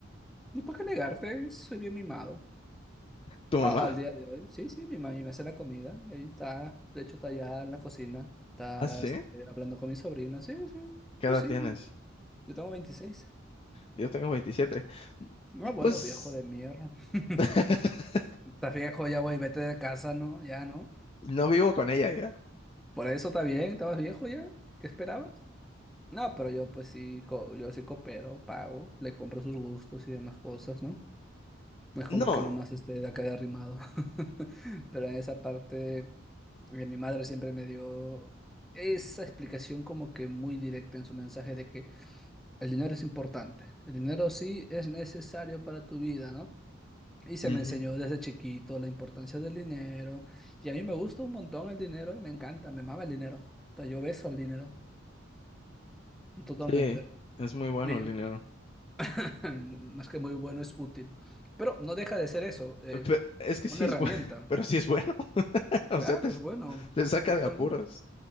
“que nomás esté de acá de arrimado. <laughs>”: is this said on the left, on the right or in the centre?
Centre